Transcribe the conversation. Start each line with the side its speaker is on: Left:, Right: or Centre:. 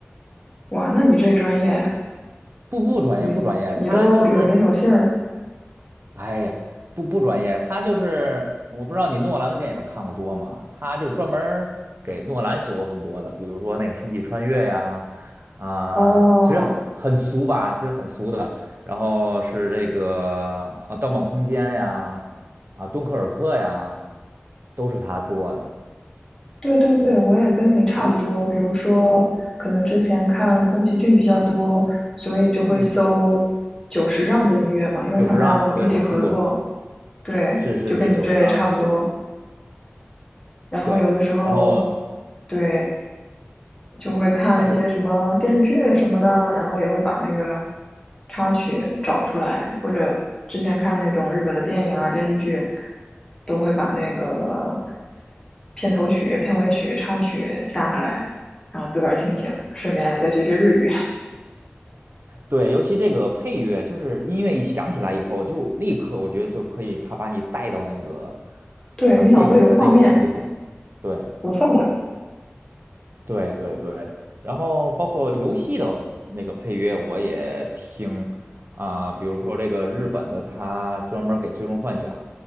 Left: 哇，那你这专业，
Right: 不不专业，
Left: 你你都有名有姓儿
Right: 不专业，他就是哎呀，不不专业，他就是我不知道你诺兰的电影看过多吗？他就专门儿给诺兰写过很多的，比如说那个《星际穿越》呀，啊、
Left: 哦。
Right: 其实很俗吧，其实很俗的。然后是这个啊，《盗梦空间》呀，啊，《敦刻尔克》呀，都是他做的。
Left: 对对对，我也跟你差不多。比如说，可能之前看宫崎骏比较多，所以就会搜久石让的音乐嘛，
Right: 嗯嗯，
Left: 因为他们俩老一起合作。
Right: 九十让，对，我听过，
Left: 对，
Right: 是是是，
Left: 就跟你这也差不多。
Right: 九十让，没错儿
Left: 然后有的时候，
Right: 对，然后
Left: 对，就会看一些什么电视剧什么的，
Right: 像是
Left: 然后也会把那个插曲找出来，或者之前看那种日本的电影啊、电视剧，都会把那个片头曲、片尾曲、插曲下下来，然后自个儿听听，顺便再学学日语。<laughs>
Right: 对，尤其这个配乐，就是音乐一响起来以后，就立刻我觉得就可以，他把你带到那个，
Left: 对，
Right: 啊，
Left: 你脑子里有画面，
Right: 电影儿的那个情景里了。对，
Left: 有氛围，
Right: 对，对，对。然后包括游戏的那个配乐，我也听啊、比如说这个日本的，他专门儿给《最终幻想》